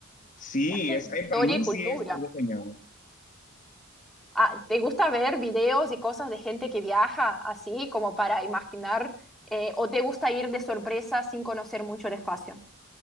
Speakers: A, on the left (about 35°); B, in the centre.
A: Sí,
B: Es que
A: es,
B: historia
A: eh, para mí
B: y cultura.
A: sí es algo genial.
B: Ah, ¿te gusta ver videos y cosas de gente que viaja así como para imaginar? eh, ¿o te gusta ir de sorpresa sin conocer mucho el espacio?